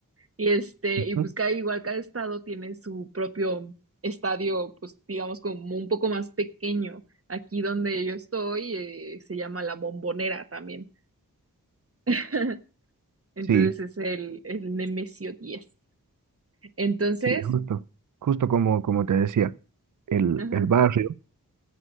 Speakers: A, on the right (about 40°); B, on the right (about 60°).
A: Y este,
B: ujú,
A: y pues cada, igual cada estado tiene su propio estadio, pues digamos como un poco más pequeño. Aquí donde yo estoy, eh, se llama La Bombonera también. <laughs> Entonces
B: Sí.
A: es el, el Nemesio diez Entonces,
B: Sí, justo, justo como, como te decía, el,
A: ajá.
B: el barrio